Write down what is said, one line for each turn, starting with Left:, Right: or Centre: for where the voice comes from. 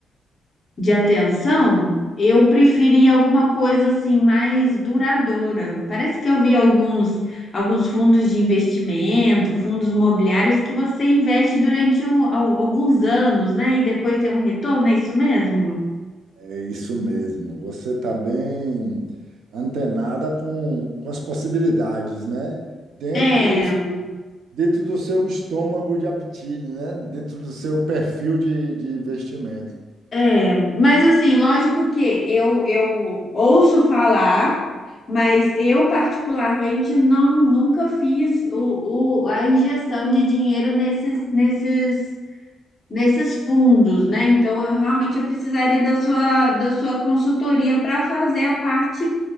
Left: de atenção, eu preferia alguma coisa assim mais duradoura. Parece que eu vi alguns, alguns fundos de investimento, fundos imobiliários que você investe durante um- al- alguns anos, né? E depois tem um retorno, é isso mesmo?
Right: é isso mesmo. Você está bem antenada com, com as possibilidades, né? Dentro
Left: É,
Right: do, seu- dentro do seu estômago de apetite, né? Dentro do seu perfil de, de investimento.
Left: é. Mas assim, lógico que eu, eu ouço falar, mas eu particularmente não nunca fiz o, o- a injeção de dinheiro nesses, nesses nesses fundos, né? Então, eu realmente eu precisaria da sua, da sua consultoria para fazer a parte,